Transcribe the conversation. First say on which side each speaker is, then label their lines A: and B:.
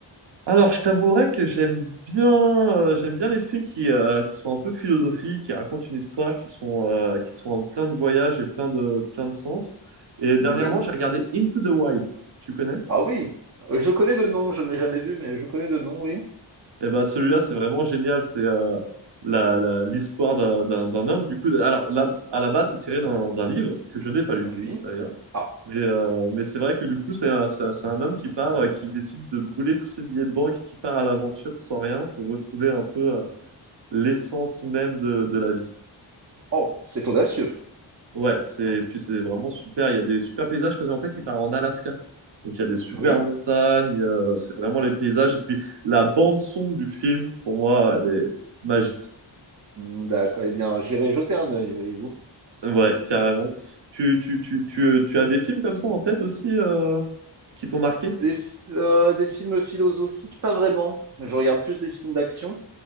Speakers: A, on the right; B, on the right.
A: Alors, je t'avouerais que j'aime bien, euh, j'aime bien les films qui, euh, qui sont un peu philosophiques, qui racontent une histoire, qui sont, euh, qui sont en plein de voyages et plein de, plein de sens. Et dernièrement,
B: Oui?
A: j'ai regardé Into the Wild. Tu connais?
B: Ah oui, Euh, je connais de nom, je ne l'ai jamais vu, mais je connais de nom, oui.
A: Eh ben, celui-là, c'est vraiment génial. C'est euh, la, la- l'histoire d'un, d'un, d'un homme. Du coup, alors, là, à la base, c'est tiré d'un, d'un livre que je n'ai pas lu,
B: Oui.
A: d'ailleurs.
B: Ah,
A: Mais, euh, mais c'est vrai que du coup, c'est un, c'est un c'est un homme qui part, euh, qui décide de brûler tous ses billets de banque et qui part à l'aventure sans rien pour retrouver un peu euh, l'essence même de, de la vie.
B: oh, c'est audacieux.
A: Ouais, c'est, puis c'est vraiment super. Il y a des super paysages parce qu'en fait, il part en Alaska. Donc il y a des super
B: Oui?
A: montagnes, euh, c'est vraiment les paysages. Et puis la bande-son du film, pour moi, elle est magique.
B: Hmm, D'accord, eh bien, j'irai jeter un œil, voyez-vous.
A: Ouais, carrément. Tu, tu, tu, tu, euh, tu as des films comme ça en tête aussi euh, qui t'ont marqué?
B: Des, f- euh, des films philosophiques, pas vraiment. Je regarde plus des films d'action.